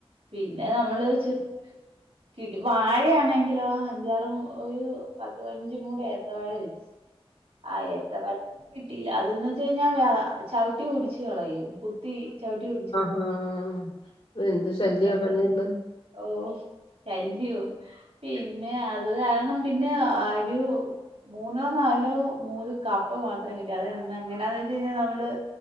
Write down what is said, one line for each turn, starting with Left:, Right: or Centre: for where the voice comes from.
Right: പിന്നെ നമ്മള് ശ്രദ്ധിക്കണം കിട്ടി വാഴയാണെങ്കിലോ അഞ്ചാറും ഒരു പത്ത് പതിനഞ്ച കൂടി ഏത്തവാഴ വരും ആ ഏത്ത വാഴ കിട്ടിയില്ല അതന്ന വെച്ച് കഴിഞ്ഞാൽ ചവിട്ടി ഓടിച്ച് കളയും കുത്തി ചവിട്ടി ഓടിച്ചു
Left: ആഹ എന്ത് ശല്യോ
Right: കാരണം
Left: പന്നികൾ
Right: ഓ ശല്യോ പിന്നെ അത് കാരണം പിന്നെ ആ മൂന്നോ നാലോ മൂട് കപ്പ മാത്രം കിട്ടും അതാ എങ്ങനാന്ന് വെച്ച കഴിഞ്ഞാൽ നമ്മള്